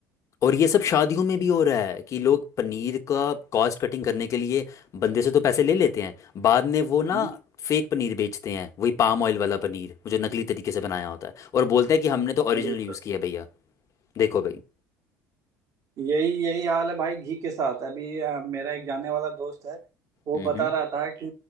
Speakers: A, on the left (about 45°); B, on the right (about 50°).
A: और ये सब शादियों में भी हो रहा है कि लोग पनीर का कॉस्ट कटिंग करने के लिए बंदे से तो पैसे ले लेते हैं बाद में वो
B: हम्म,
A: ना फेक पनीर बेचते हैं वही पाम ऑयल वाला पनीर वो जो नकली तरीके से बनाया होता है और बोलते हैं कि हमने तो ओरिजिनल
B: बिल्कुल
A: यूज़ किया है भैया देखो भाई
B: यही यही हाल है भाई घी के साथ अभी अ, मेरा एक जाने वाला दोस्त है वो
A: हम्म
B: बता रहा था कि